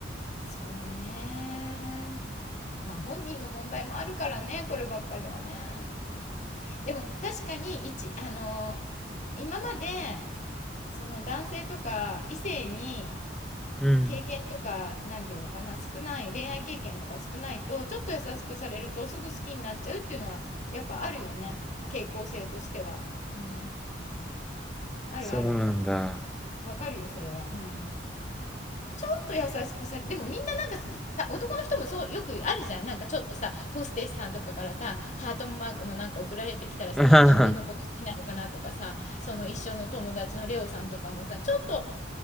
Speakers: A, on the left; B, in the centre.
A: そうね。まあ、本人の問題もあるからね、こればっかりはね。うん。でも、確かに、一、あの、今まで、その男性とか異性に、
B: うん。
A: 経験とか、なんていうのかな、少ない、恋愛経験とか少ないと、ちょっと優しくされるとすぐ好きになっちゃうっていうのは、やっぱあるよね。傾向性としては。うん。あるある。
B: そうなんだ。
A: わかるよ、それは。うん。ちょっと優しくされ、でもみんななんかさ、男の人もそう、よくあるじゃん。なんかちょっとさ、ホステスさんとかからさ、ハートマークのなんか送られてきたらさ、
B: <laughs>
A: あ、俺のこと好きなのかなとかさ、その一緒の友達のレオさんとかもさ、ちょっと